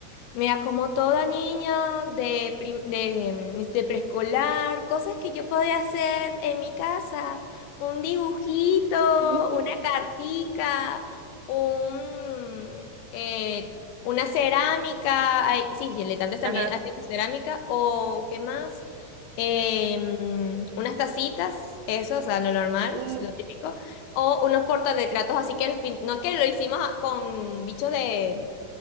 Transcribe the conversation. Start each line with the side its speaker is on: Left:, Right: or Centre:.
Left: Mira, como toda niña de, prim- de, de preescolar, cosas que yo podía hacer en mi casa, un dibujito,
Right: Mm,
Left: una cartica, un, eh, una cerámica, ay, sí, diletantes también
Right: Ajá.
Left: hacemos cerámica, o qué más, Eh, mm, unas tacitas, eso, o sea, lo normal,
Right: Mm,
Left: lo típico, o unos portarretratos, así que los pin- no es que lo hicimos a- con bichos de